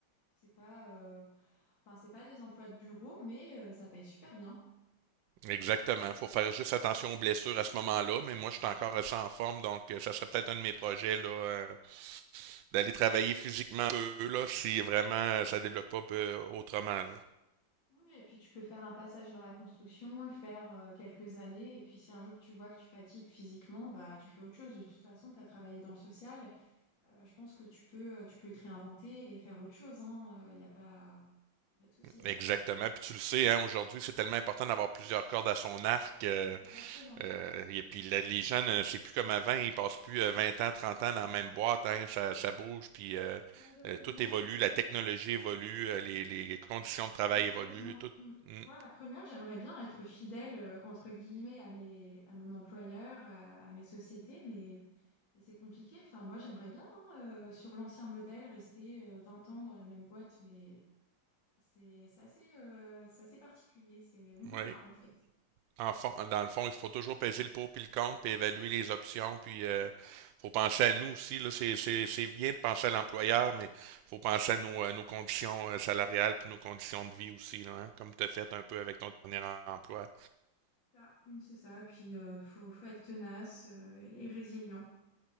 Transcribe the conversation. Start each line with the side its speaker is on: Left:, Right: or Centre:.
Left: C'est pas, euh, enfin, c'est pas des emplois de bureau, mais euh, ça paye super bien.
Right: Exactement. faut faire juste attention aux blessures à ce moment-là. Mais moi, je suis encore assez en forme. Donc, euh, ça serait peut-être un de mes projets là, euh, d'aller travailler physiquement un peu là, si vraiment euh, ça débloque pas euh, autrement. là.
Left: Oui, et puis tu peux faire un passage dans la construction, le faire euh, quelques années, et puis si un jour tu vois que tu fatigues physiquement, bah tu fais autre chose. De toute façon, tu as travaillé dans le social, Euh, je pense que tu peux, euh, tu peux te réinventer et faire autre chose, hein. Il n'y a pas, y a pas de souci avec
Right: Exactement.
Left: ça.
Right: Puis tu le sais, hein, aujourd'hui, c'est tellement important d'avoir plusieurs cordes à son arc. euh,
Left: Exactement.
Right: Euh, et puis là, les gens, c'est plus comme avant, ils passent plus euh, 20 ans, 30 ans dans la même boîte, hein, ça, ça bouge, puis euh,
Left: Malheureusement,
Right: euh, tout évolue,
Left: <laughs>
Right: la
Left: oui,
Right: technologie évolue, euh, les, les conditions de travail
Left: malheureusement.
Right: évoluent, tout.
Left: Mm.
Right: Mm,
Left: Moi, la première, j'aimerais bien être fidèle, euh, entre guillemets, à mes, à mon employeur, à, à mes sociétés, mais, mais c'est compliqué. Enfin, moi, j'aimerais bien, hein, euh, sur l'ancien modèle, rester euh, 20 ans dans la même boîte, mais c'est c'est assez, euh, c'est assez particulier. C'est, on peut
Right: oui.
Left: pas, en fait.
Right: En fond- dans le fond, il faut toujours peser le pour puis le contre, puis évaluer les options, puis euh, faut penser à nous aussi, là, c'est, c'est, c'est bien de penser à l'employeur, mais faut penser à nos, euh, nos conditions euh, salariales puis nos conditions de vie aussi, là, hein, comme tu as fait un peu avec ton dernier emploi.
Left: Ça, mmh, c'est ça. Puis euh, faut, faut être tenace euh, et résilient.